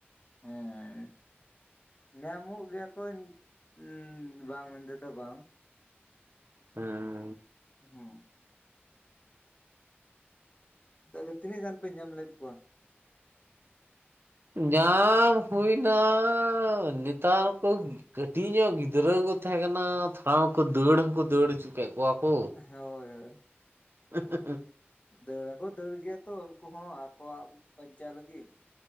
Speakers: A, on the right (about 65°); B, on the left (about 35°).
A: <inaudible>
B: ᱦᱮᱸ ᱧᱟᱢᱚᱜ ᱜᱮᱭᱟ ᱠᱚ ᱩᱸᱻ ᱵᱟᱝ ᱢᱮᱱ ᱛᱮᱫᱚ ᱫᱚ ᱵᱟᱝ
A: ᱦᱮᱸ
B: ᱦᱩᱸ ᱛᱟᱦᱚᱞᱮ ᱛᱤᱱᱟᱹᱜ ᱜᱟᱱ ᱯᱮ ᱧᱟᱢ ᱞᱮᱫ ᱠᱚᱣᱟ?
A: ᱧᱟᱢ ᱦᱩᱭᱱᱟ ᱱᱮᱛᱟᱨ ᱠᱚ ᱠᱟᱹᱴᱤᱡ ᱧᱚᱜ ᱜᱤᱫᱽᱨᱟᱹ ᱠᱚ ᱛᱟᱦᱮᱸ ᱠᱟᱱᱟ ᱛᱷᱚᱲᱟ ᱢᱟᱠᱚ ᱫᱟᱹᱲ ᱦᱚᱸᱠᱚ ᱫᱟᱹᱲ ᱩᱪᱩ ᱠᱮᱫ ᱠᱚᱣᱟ ᱠᱚ
B: ᱦᱳᱭ ᱦᱳᱭ
A: ᱩᱩᱸᱩ ᱦᱩᱸ
B: ᱫᱟᱹᱲᱟ ᱦᱚᱸᱠᱚ ᱫᱟᱹᱲ ᱜᱮᱭᱟ ᱛᱚ ᱩᱱᱠᱩ ᱦᱚᱸ ᱟᱠᱚᱣᱟᱜ ᱵᱟᱧᱪᱟᱣ ᱞᱟᱹᱜᱤᱫ